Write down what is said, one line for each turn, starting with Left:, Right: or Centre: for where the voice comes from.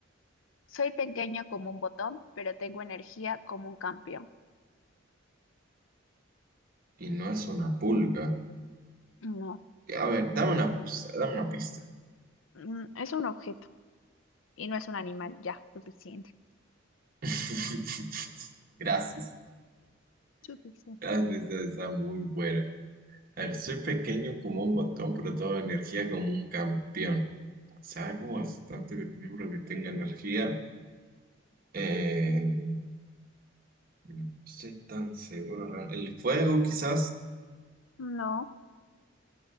Left: Soy pequeño como un botón, pero tengo energía como un campeón.
Right: Y no es una pulga.
Left: No,
Right: A ver, dame una pista, dame una pista.
Left: Mm, es un objeto y no es un animal. Ya, suficiente.
Right: <laughs> Gracias.
Left: Suficiente.
Right: Las pistas están muy buena. A ver, soy pequeño como un botón, pero toda energía como un campeón. O sea, algo bastante pequeño, pero que tenga energía. Eh, no estoy tan seguro. ra- El fuego, quizás.
Left: No,